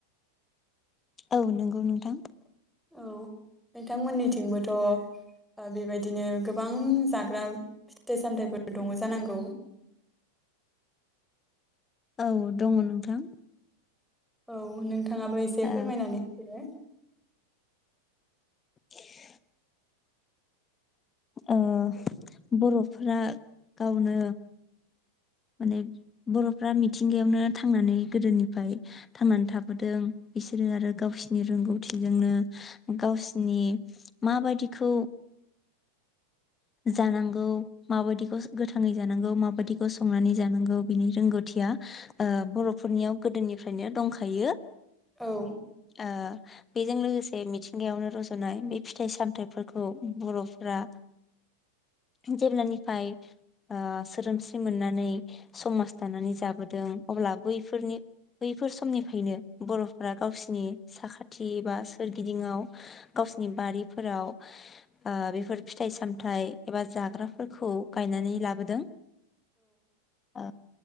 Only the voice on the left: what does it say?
औव नंगौ नोंथां।
औव दङ नोंथां।
ओ
<inaudible> ओ बर'फ्रा गावनो माने बर'फ्रा मिथिंगायावनो थांनानै गोदोनिफ्राय थांनानै थाबोदों बिसोरो आरो गावसिनि रोंगौथिजोंनो गावसिनि माबायदिखौ जानांगौ माबायदिखौ गोथाङै जानांगौ माबायदिखौ संनानै जानांगौ बिनि रोंगौथिया ओ बर'फोरनियाव ओ गोदोनिफ्रायनो दंखायो।
ओ बेजों लोगोसे मिथिंगायावनो रज'नाय बे फिथाइ सामथाइफोरखौ बर'फ्रा जेब्लानिफ्राय ओ सोदोमस्रि मोननानै समाज दानानै जाबोदों अब्ला बैफोरनि बैफोर समनिफ्रायनो बर'फोरा गावसिनि साखाथि बा सोरगिदिंआव गावसिनि बारिफोराव ओ बेफोर फिथाइ सामथाइ एबा जाग्राफोरखौ गायनानै लाबोदों। औ